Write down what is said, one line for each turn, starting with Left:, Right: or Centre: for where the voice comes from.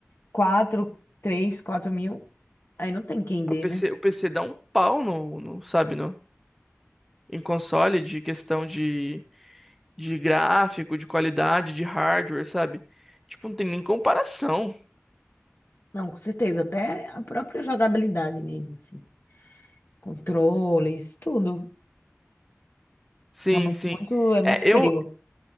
Left: 4 3 4 mil, aí não tem quem dê,
Centre: O
Left: né?
Centre: PC, o PC dá um pau no, no, sabe, no, em console de questão de, de gráfico, de qualidade, de hardware, sabe? Tipo, não tem nem comparação.
Left: Não, com certeza. Até a própria jogabilidade mesmo, assim. Controles, tudo.
Centre: Sim,
Left: É muito,
Centre: sim.
Left: muito, é muito
Centre: É,
Left: superior.
Centre: eu,